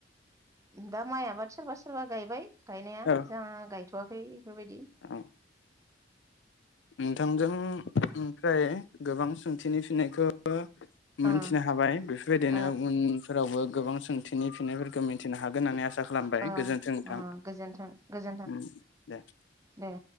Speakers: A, on the right; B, on the left.
A: दा माइ आबाद सोरबा सोरबा गायबाय <unintelligible> गायनाया
B: औ
A: जाहा गायथ'वाखै बेफोरबायदि
B: औ नोंथांजों ओमफ्राय‌ गोबां सोंथिनि फिनायखौ मिथिनो
A: ओ
B: हाबाय बेफोरबायदिनो
A: ओ
B: उनफोरावबो गोबां सोंथिनि फिननायफोरखौ मिथिनो हागोन होननानै आसा खालामबाय
A: ओ
B: गोजोन्थों नोंथां
A: ओ गोजोन्थों गोजोन्थों
B: ओम दे।
A: दे।